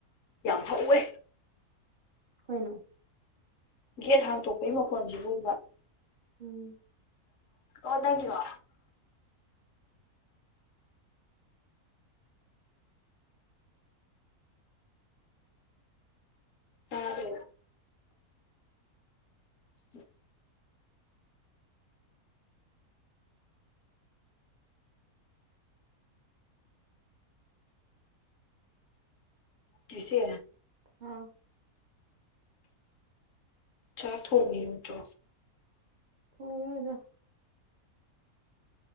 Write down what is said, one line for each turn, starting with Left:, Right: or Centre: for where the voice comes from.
Left: ꯌꯥꯝ ꯍꯧꯥꯎꯋꯦ
Right: ꯀꯣꯏꯅ
Left: ꯒꯦꯠ ꯍꯥꯡꯇꯣꯛꯄꯒꯤ ꯃꯈꯣꯟꯁꯤꯕꯨꯕ
Right: ꯎꯝ
Left: ꯑꯣꯗ ꯀꯔꯣ ꯑꯗꯦ ꯎꯝ ꯀꯁꯦ
Right: ꯑꯥꯎ
Left: ꯆꯥꯊꯣ ꯃꯤꯌꯣ ꯆ꯭ꯔꯣ
Right: ꯍꯒ